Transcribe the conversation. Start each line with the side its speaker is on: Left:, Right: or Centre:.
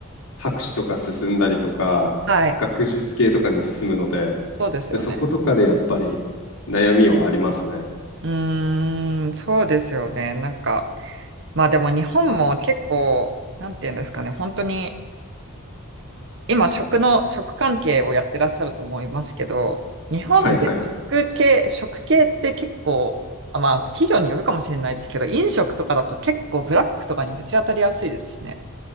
Left: 博士とか進んだりとか、
Right: はい。
Left: 学術系とかに進むので、
Right: そうですよね。
Left: で、そことかでやっぱり悩みはありますね。
Right: うーん、そうですよね。なんか、まあでも日本も結構、なんていうんですかね、本当に今食の、食関係をやってらっしゃると思いますけど、日本で食系、
Left: はいはい。
Right: 食系って結構、あ、まあ企業によるかもしれないですけど、飲食とかだと結構ブラックとかにぶち当たりやすいですしね。